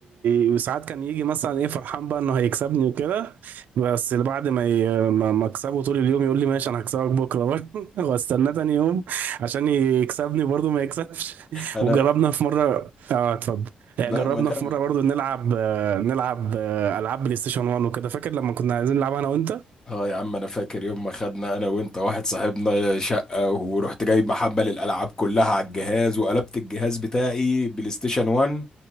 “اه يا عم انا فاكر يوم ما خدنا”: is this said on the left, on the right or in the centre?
Left